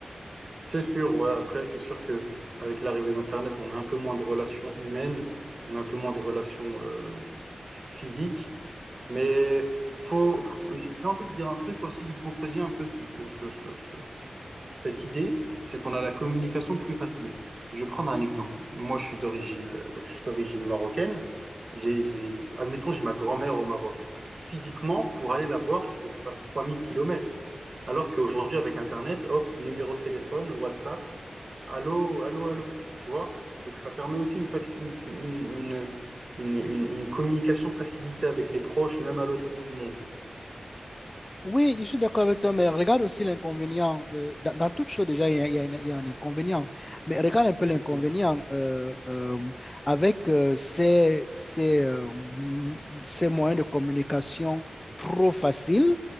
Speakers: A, on the right; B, on the left.
A: C'est sûr, ouais. Après, c'est sûr que avec l'arrivée d'Internet, on a un peu moins de relations humaines, on a un peu moins de relations euh, ph- physiques. Mais faut, faut- j'ai j'ai envie de dire un truc aussi qui contredit un peu ce- ce- ce- ce- ce- cette idée, c'est qu'on a la communication plus facile. Je vais prendre un exemple. Moi, je suis d'origine, euh, donc je suis d'origine marocaine. J'ai, j'ai- admettons, j'ai ma grand-mère au Maroc. Physiquement, pour aller la voir, il faut que je passe 3000 kilomètres. Alors qu'aujourd'hui, avec Internet, hop, numéro de téléphone, WhatsApp allô, allô, allô, tu vois? Donc ça permet aussi une, faci- une, une, une, une- une communication facilitée avec les proches, même à l'autre bout du monde.
B: Oui, je suis d'accord avec toi, mais regarde aussi l'inconvénient. euh, dans, dans toute chose, déjà, il y a, il y a une- il y a un inconvénient. Mais regarde un peu
A: C'est
B: l'inconvénient
A: sûr.
B: euh, euh, avec euh, ces, ces, euh, ces moyens de communication trop faciles,